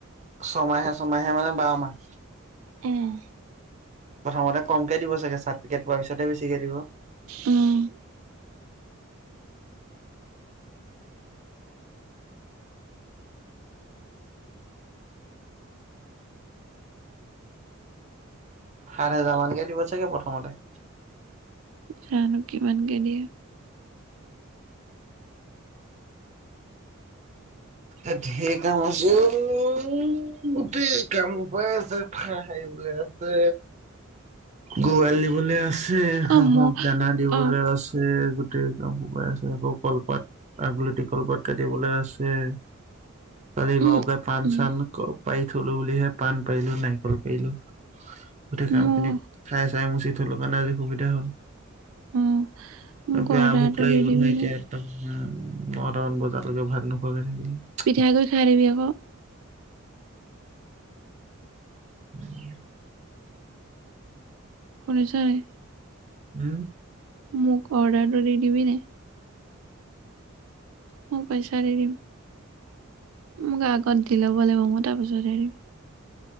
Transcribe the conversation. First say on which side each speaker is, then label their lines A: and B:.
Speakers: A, on the right (about 35°); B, on the right (about 80°).
A: ছমাহে, ছমাহে মানে বাৰ মাহ?
B: উম।
A: প্ৰথমতে কমকে দিব চাগে, চাৰ্টিফিকেট পোৱাৰ পিছতে বেছিকে দিব?
B: উম'।
A: সাত হেজাৰ মানকে দিব চাগে প্ৰথমতে?
B: জানো কিমানকে দিয়ে।
A: এ' ঢেৰ কাম আছে অ', গোটেই কাম সোপাই আছে। সাৰিবলে আছে, গৰু এৰালি দিবলে আছে। ঢেৰ
B: অ
A: হাঁহক
B: মোৰ
A: দানা দিবলে
B: অ
A: আছে, গোটেই কাম সোপাই আছে। আকৌ কলপাত আগলতি কলপাত কাটিবলে আছে। কালি
B: উম
A: বাৰুকে পাণ
B: উম
A: চান পাৰি থ'লো বুলিহে, পাণ পাৰিলো, নাৰিকল পাৰিলো। গোটেই কাম
B: মোৰ
A: খিনি, ঠাই চাই মুচি থ'লো কাৰণে আজি সুবিধা হ'ল।
B: অ মোক
A: বেয়া
B: অৰ্ডাৰটো
A: ভোক লাগিব
B: দি দিবি
A: নহয়
B: নে
A: এতিয়া ইয়াত। নটামান বজালৈকে ভাত নোখোৱাকে থাকিলে।
B: পিঠাগুৰি খাই দিবি আক।
A: <unintelligible>
B: শুনিছ নাই?
A: উম'।
B: মোক অৰ্ডাৰটো দি দিবি নে? মই পইচা দি দিম, মোক আগত দি ল'ব লাগিব মই তাৰপিছত দি দিম।